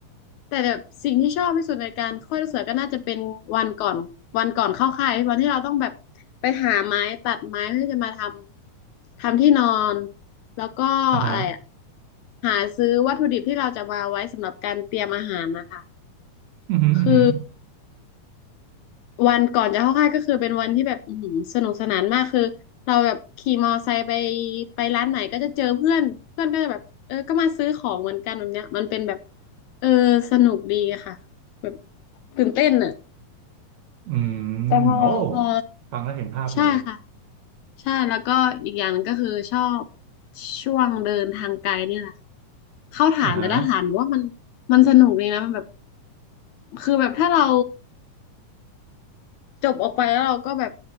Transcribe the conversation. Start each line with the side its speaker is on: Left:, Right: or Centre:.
Left: แต่แบบสิ่งที่ชอบที่สุดในการค่อยลูกเสือก็น่าจะเป็นวันก่อนวันก่อนเข้าค่ายวันที่เราต้องแบบไปหาไม้ตัดไม้เพื่อจะมาทำทำที่นอน แล้วก็อะไรอะ
Right: อ่าฮะ
Left: หาซื้อวัตถุดิบที่เราจะมาไว้สำหรับการเตรียมอาหารนะคะ
Right: อือหืออือหือ
Left: คือวันก่อนจะเข้าค่ายก็คือเป็นวันที่แบบอื้อหือสนุกสนานมากคือเราแบบขี่มอไซค์ไปไปร้านไหนก็จะเจอเพื่อนเพื่อนก็จะแบบเออก็มาซื้อของเหมือนกันแบบเนี้ยมันเป็นแบบเออสนุกดีอะค่ะแบบตื่นเต้นอะ
Right: อืม
Left: แต่พอพอ
Right: โอ้ฟังแล้วเห็นภาพเลย
Left: ใช่ค่ะใช่แล้วก็อีกอย่างหนึ่งก็คือชอบช่วงเดินทางไกลเนี่ยแหละค่ะเข้าฐานแต่ละฐานหนูว่ามัน
Right: อ่าฮะ
Left: มันสนุกเลยนะมันแบบคือแบบถ้าเราจบออกไปแล้วเราก็แบบ